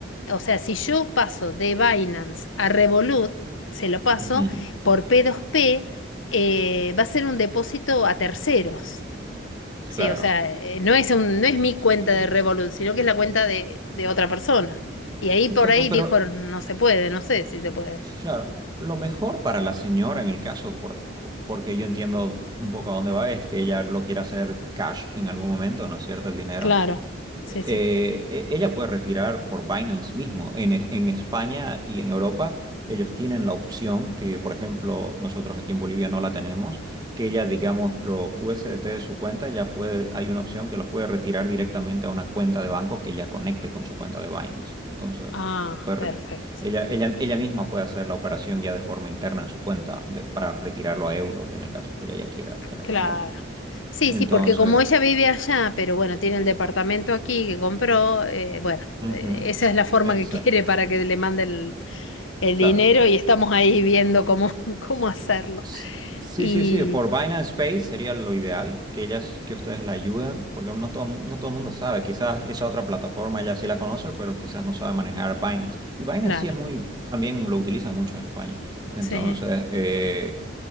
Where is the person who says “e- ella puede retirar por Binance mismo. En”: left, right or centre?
Right